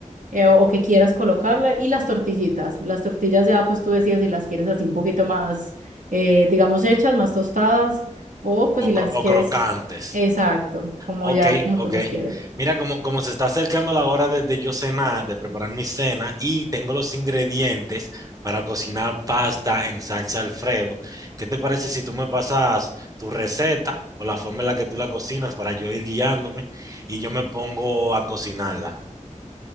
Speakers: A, on the right; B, on the right.
A: eh, o que quieras colocarle, y las tortillitas, las tortillas ya pues tú decides si las quieres así un poquito más, eh, digamos, hechas, más tostadas, o pues
B: o,
A: si las
B: cro- o
A: quieres,
B: crocantes.
A: exacto, como
B: Ok,
A: ya, como
B: ok.
A: tú las quieres.
B: Mira, como, como se está acercando la hora de, de yo cenar, de preparar mi cena, y tengo los ingredientes para cocinar pasta en salsa Alfredo, ¿qué te parece si tú me pasas tu receta o la forma en la que tú la cocinas para yo ir guiándome y yo me pongo a cocinarla?